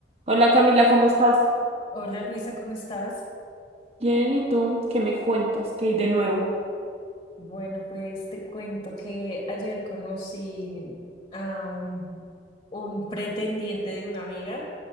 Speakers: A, on the right (about 35°); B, on the left (about 35°).
A: Hola Camila, ¿cómo estás?
B: Hola Luisa, ¿cómo estás?
A: Bien, ¿y tú? ¿Qué me cuentas? ¿Qué hay de nuevo?
B: Bueno, pues te cuento que ayer conocí a un, un pretendiente de una amiga.